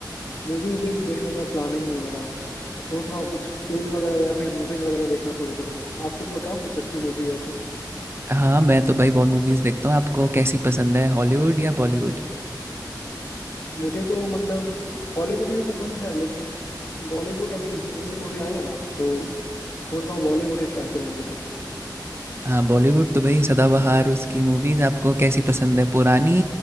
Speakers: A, on the left; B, on the right.
A: मूवी वूवी देखने का प्लानिंग है मेरा तो सोच रहा हूँ कुछ सीरीज वगैरह या फिर मूवीज वगैरह देखना शुरू करूँ आप कुछ बताओ कुछ अच्छी मूवी हो तो
B: हाँ मैं तो भाई बहुत मूवीज़ देखता हूँ आपको कैसी पसंद है हॉलीवुड या बॉलीवुड
A: मुझे तो मतलब हॉलीवुड भी पसंद है लेकिन बॉलीवुड अभी नई नई मूवी आई है ना तो सोच रहा हूँ बॉलीवुड ही ट्राई करूँ अभी तो
B: हाँ बॉलीवुड तो भाई सदाबहार उसकी मूवीज़ आपको कैसी पसंद है पुरानी